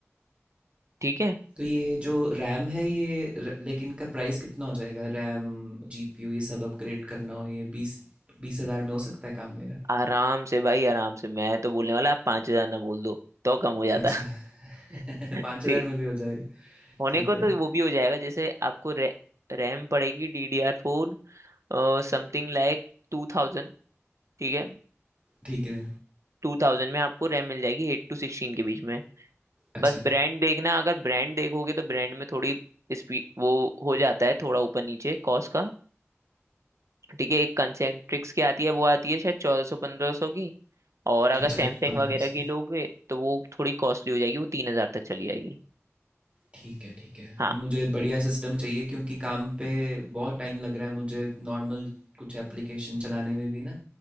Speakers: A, on the right; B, on the right.
A: ठीक है
B: तो ये जो रैम है ये र- लाइक इनका प्राइस कितना हो जाएगा रैम जीपीयू ये सब अपग्रेड करना हो ये बीस बीस हज़ार में हो सकता है काम मेरा
A: आराम से भाई आराम से मैं तो बोलने वाला आप पाँच हजार ना बोल दो तो कम हो जाता
B: अच्छा
A: <laughs>
B: <laughs> पाँच
A: ठीक
B: हज़ार में भी हो जाएगा
A: होने
B: ठीक
A: को
B: है
A: तो वो भी हो जाएगा जैसे आपको रै, रैम पड़ेगी डी डी आर फोर समथिंग लाइक टू थाउजेंड ठीक है
B: ठीक है
A: टू थाउजेंड में आपको रैम मिल जाएगी एट टू सिक्सटीन के बीच में
B: अच्छा
A: बस ब्रांड देखना अगर ब्रांड देखोगे तो ब्रांड में थोड़ी स्पीड वो हो जाता है थोड़ा ऊपर नीचे कॉस्ट का ठीक है एक कंसेंट्रिक्स की आती है वो आती है शायद चौदह सौ पंद्रह सौ की और अगर
B: अच्छा
A: सैमसंग
B: पंद्रह
A: वगैरह
B: सौ
A: की लोगे तो वो थोड़ी कॉस्टली हो जाएगी वो तीन हजार तक चली जाएगी
B: ठीक है ठीक है
A: हाँ
B: नहीं मुझे बढ़िया सिस्टम चाहिए क्योंकि काम पे बहुत टाइम लग रहा है मुझे नॉर्मल कुछ एप्लीकेशन चलाने में भी ना